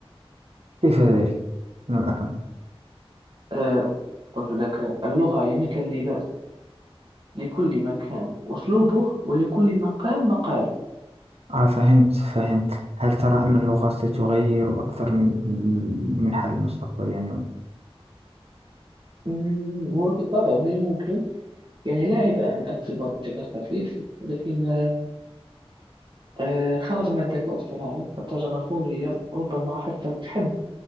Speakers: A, on the right; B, on the right.
A: كيف ذلك؟ لم أفهم
B: آه، قلت لك اللغة هي مثل اللباس لكل مكان أسلوبه ولكل مقام مقاله
A: آه فهمت فهمت هل ترى أن اللغة ستغير أكثر من من حال المستقبل يعني
B: مم، هو بالطبع من الممكن يعني لا عيب أن أكتب بشكل خفيف لكن آه، آه، خرج من الذكاء الصناعي والترجمة الفورية ربما حتى التحدث